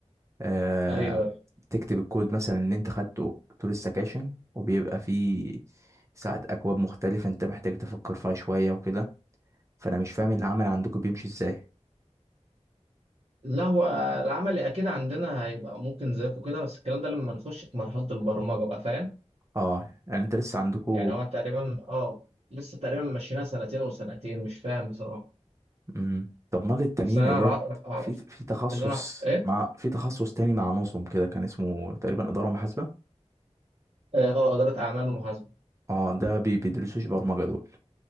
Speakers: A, on the right; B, on the right.
A: آه،
B: ايوه
A: تكتب الكود مثلا اللي انت خدته طول السكاشن وبيبقى فيه ساعات اكواد مختلفة انت محتاج تفكر فيها شوية وكده فانا مش فاهم العمل عندكم بيمشي ازاي
B: لا هو العملي اكيد عندنا هيبقى ممكن زيكم كده بس الكلام ده لما نخش في مرحله البرمجه بقى فاهم
A: اه يعني انت لسه عندكم
B: يعني هو تقريبا اه لسه تقريبا ماشيينها سنتين وسنتين مش فاهم بصراحة
A: امم طب امال التانيين
B: بس أنا
A: اللي هو
B: أع- أعرف
A: في في تخصص
B: اللي أنا أعرف- إيه؟
A: مع في تخصص تاني مع نظم كده كان اسمه تقريبا إدارة محاسبة
B: آه آه، إدارة أعمال ومحاسبة
A: اه ده بي- بيدرسوش برمجة دول